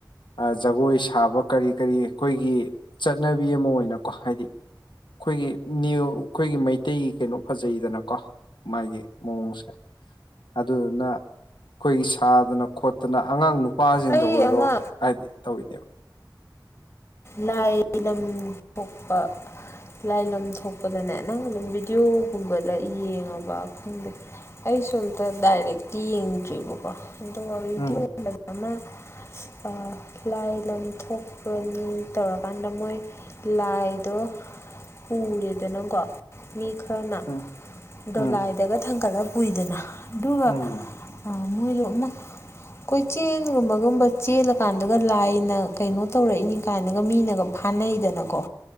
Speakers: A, on the left (about 85°); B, on the left (about 35°).
A: ꯑ ꯖꯒꯣꯏ ꯁꯥꯕ ꯀꯔꯤ ꯀꯔꯤ ꯈꯣꯏꯒꯤ ꯆꯠꯅꯕꯤ ꯑꯃ ꯑꯣꯏꯅꯀꯣ ꯍꯥꯏꯗꯤ ꯈꯣꯏꯒꯤ ꯅꯤꯌꯨ ꯈꯣꯏꯒꯤ ꯃꯩꯇꯩꯒꯤ ꯀꯩꯅꯣ ꯐꯖꯩꯗꯅꯀꯣ ꯃꯥꯒꯤ ꯃꯑꯣꯡꯁꯦ ꯑꯗꯨꯗꯨꯅ ꯈꯣꯏꯒꯤ ꯁꯥꯗꯅ ꯈꯣꯠꯇꯅ ꯑꯉꯥꯡ ꯅꯨꯄꯥꯁꯤꯡꯗ
B: ꯑꯩ
A: ꯑꯣꯏꯔꯣ
B: ꯑꯃ
A: ꯍꯥꯏꯗꯤ ꯇꯧꯏꯅꯦꯕ
B: ꯂꯥꯏ ꯂꯝ ꯊꯣꯛꯄ ꯂꯥꯏ ꯂꯝ ꯊꯣꯛꯄꯗꯅꯦ ꯅꯪ ꯑꯗꯨꯝ ꯚꯤꯗꯤꯑꯣꯒꯨꯝꯕꯗ ꯌꯦꯡꯉꯕ ꯈꯪꯗꯦ ꯑꯩꯁꯨ ꯑꯝꯇ ꯗꯥꯏꯔꯦꯛꯇꯤ ꯌꯦꯡꯗ꯭ꯔꯤꯕꯔꯤꯕꯀꯣ ꯗꯣꯔꯤꯗꯤꯡ
A: ꯎꯝ
B: <unintelligible> ꯑꯃ ꯑ ꯂꯥꯏ ꯂꯝ ꯊꯣꯛꯄꯅꯤ ꯇꯧꯔꯀꯥꯟꯗ ꯃꯣꯏ ꯂꯥꯏꯗꯣ ꯄꯨꯔꯦꯗꯅꯀꯣ ꯃꯤ ꯈꯔꯅ
A: ꯎꯝ
B: ꯗꯣꯂꯥꯏꯗꯒ
A: ꯎꯝ
B: ꯊꯥꯡꯒꯠꯂ ꯄꯨꯨꯏꯗꯅ ꯑꯗꯨꯒ
A: ꯎꯝ
B: ꯑ ꯃꯣꯏꯗꯣ ꯑꯃꯛ ꯀꯣꯏꯆꯦꯜꯒꯨꯝꯕꯒꯨꯝꯕ ꯆꯦꯜꯂꯀꯥꯟꯗꯒ ꯂꯥꯏꯅ ꯀꯩꯅꯣ ꯇꯧꯔꯛꯏꯅꯤ ꯀꯥꯏꯅꯒ ꯃꯤꯅꯒ ꯐꯥꯅꯩꯗꯅꯀꯣ